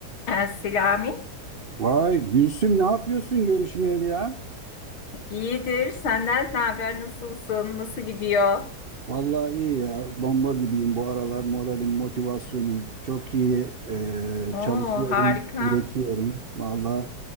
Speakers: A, on the left (about 80°); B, on the right (about 85°).
A: Ben Selami.
B: Vay Gülsüm ne yapıyorsun görüşmeyeli ya?
A: İyidir. Senden ne haber? Nasılsın? Nasıl gidiyor?
B: Vallahi iyi ya. Bomba gibiyim bu aralar. Moralim, motivasyonum çok iyi. Ee, çalışıyorum,
A: Oo, harika.
B: üretiyorum. Vallahi